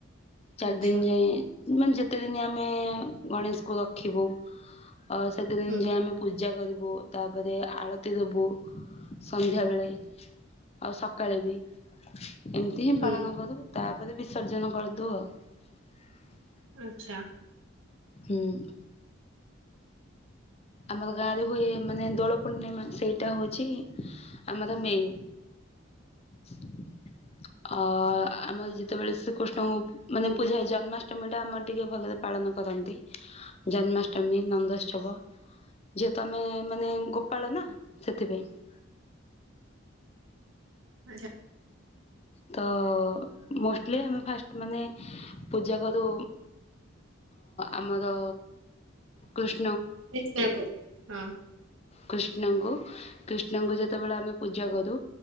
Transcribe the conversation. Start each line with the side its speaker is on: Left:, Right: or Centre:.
Left: ଚାରି
Right: ଆଚ୍ଛା
Left: ଦିନ ଯାଇଏ ମାନେ ଯେତେ ଦିନ ଆମେ ଗଣେଶକୁ ରଖିବୁ ଅ ସେତେ ଦିନ
Right: ହୁଁ
Left: ଯାଇଏ ଆମେ ପୂଜା କରି ବୁ ତାପରେ ଆଳତି ଦବୁ ସନ୍ଧ୍ୟାବେଳେ ଆଉ ସକାଳେ ବି ଏମିତି ହିଁ
Right: ହୁଁ
Left: ପାଳନ କରିଦବୁ। ତାପରେ ବିସର୍ଜନ କରିଦଉ ଆଉ। <inaudible>
Right: ଆଚ୍ଛା।
Left: ହୁଁ। <inaudible> ଆମର ଗାଁ ରେ ହୁଏ ମାନେ ଦୋଳ ପୂର୍ଣ୍ଣିମା ସେଇଟା ହଉଛି ଆମର ମେନ୍। <inaudible> ଅ ଆମର ଯେତେବେଳେ ଶି ଏବଂ ମାନେ
Right: ହୁଁ
Left: ପୂଜା ଜନ୍ମା ଅଷ୍ଟମୀ ଟା ଆମର ଟିକେ ଭଲରେ ପାଳନ କରନ୍ତି। ଜନ୍ମାଷ୍ଟମୀ ନନ୍ଦୋତ୍ସବ ଯେହେତୁ ଆମେ ମାନେ ଗୋପାଳ ନା ସେଥିପାଇଁ <inaudible>
Right: ଆଚ୍ଛା।
Left: ତ ମୋଷ୍ଟଲି ଆମେ ଫାଷ୍ଟ ମାନେ ପୂଜା କରୁ। ଆମର କୃଷ୍
Right: କିଷନା କୁୁ ହଁ
Left: କୃଷ୍ଣଙ୍କୁ କୃଷ୍ଣଙ୍କୁ ଯେତେବେଳେ ଆମେ ପୂଜା କରୁ।